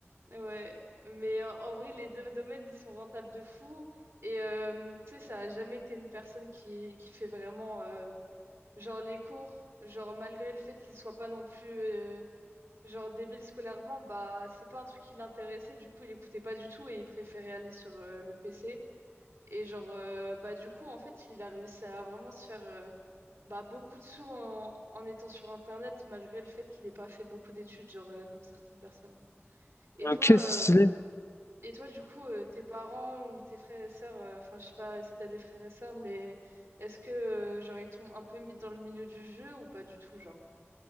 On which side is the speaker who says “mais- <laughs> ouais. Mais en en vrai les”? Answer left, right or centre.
Right